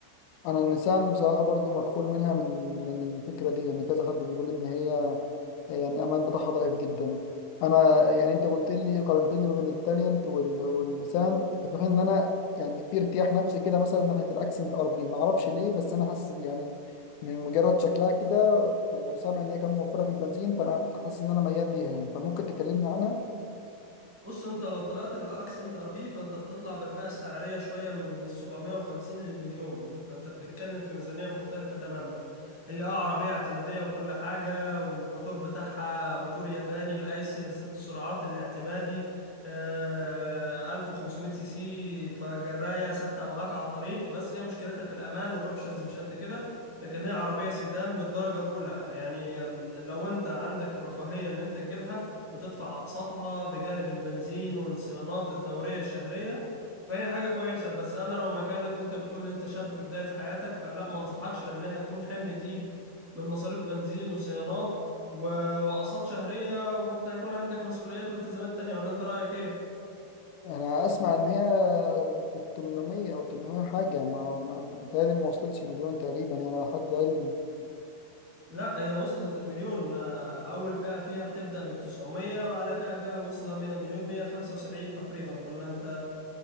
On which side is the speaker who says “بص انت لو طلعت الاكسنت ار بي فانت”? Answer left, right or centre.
Right